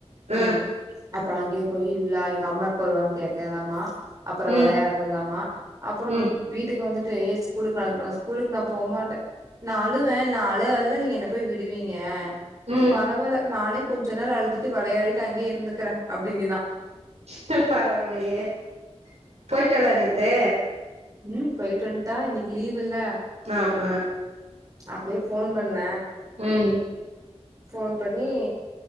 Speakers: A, on the right; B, on the right.
A: அ
B: ம் அப்ற அங்க்யே போயி இல்ல எங்க அம்மா எப்ப வருவாங் கேக்கதாமா அப்பற
A: ம்
B: விளையாட்றதாம அப்புறோ
A: ம்
B: வீட்டுக்கு வந்துட்டு ஏ ஸ்கூலுக்கு நாளுக் போலா ஸ்கூலுக்கு நா போமாட்டே நா அழுவே நா அழு அழுவே நீங்க என்ன போய் விடுவீங்க
A: ம்
B: பரவால்ல நாலே கொஞ்ச நேர அழுதுட்டு விளையாடிட்டு அங்கே இருந்துக்குறே அப்டிங்குதா
A: பு பரவாலையே போய்ட்டாள நேத்து
B: ம் போய்ட்டு வந்ட்டா இன்னிக்கு லீவ் இல்ல
A: நாம
B: அப்ளே ஃபோன் பண்ண
A: ம்
B: ஃபோன் பண்ணி